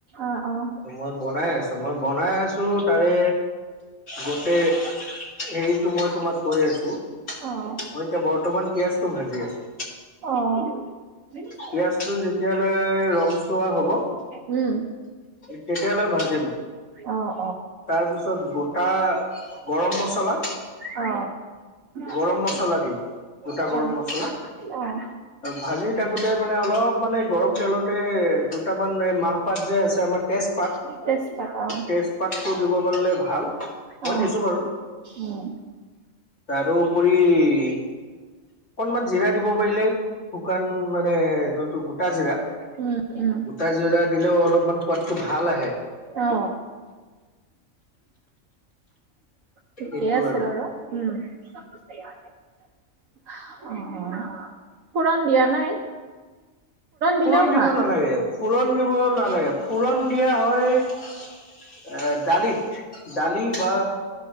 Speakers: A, on the right; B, on the left.
A: অ', অ',
B: মই বনাই আছো। ত মই বনাই আছো তাৰে গোটেই। সেইটো মই তোমাক কৈ আছো।
A: অ'। অ'।
B: মই এতিয়া বৰ্তমান পিয়াজটো ভাজি আছো।
A: অ'।
B: পিয়াজটো যেতিয়ালৈ ৰংচোৱা হ'ব
A: উম।
B: তেতিয়ালৈ ভাজিম।
A: অ',
B: তাৰপিছত গোটা গৰম মছলা
A: অ।
B: গৰম
A: অ'।
B: মছলা দিম। গোটা
A: অ',
B: গৰম মছলা,
A: অ',
B: ভাজি থাকোতে মানে অলপ মানে গৰম তেলতে দুটামান এই মাহপাত যে আছে, আমাৰ তেজ জপাত,
A: তেজপাত অ'।
B: তেজপাতটো দিব পাৰিলে ভাল। মই
A: অ,
B: দিছো বাৰু
A: উম।
B: তাৰোপৰি অকনমান জিৰা দিব পাৰিলে শুকান মানে যোনটো গোটা, গোটা
A: উম, উম।
B: জিৰা দিলেও অলপমান সোৱাদটো ভাল আহে।
A: অ। ঠিকেই
B: সেইটো
A: আছে
B: আৰু
A: বাৰু, উম। <unintelligible> ফোৰণ দিয়া নাই। দিলেও
B: ফোৰণ দিব
A: ভাল।
B: নালাগে, ফোৰণ দিব নালাগে। ফোৰণ দিয়া হয় দালিত, দালি বা